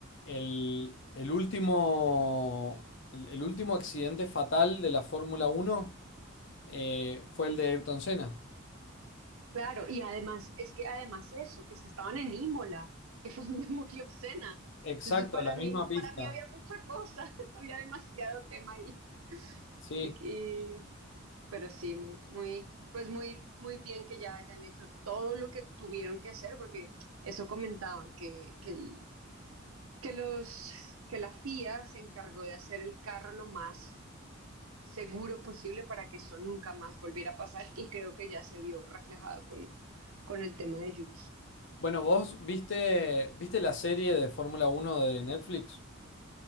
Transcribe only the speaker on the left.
el, el último, el, el último accidente fatal de la Fórmula uno eh, fue el de Ayrton Senna?
Exacto,
la
misma pista.
Sí.
Bueno, ¿vos viste, viste la serie de Fórmula uno de Netflix?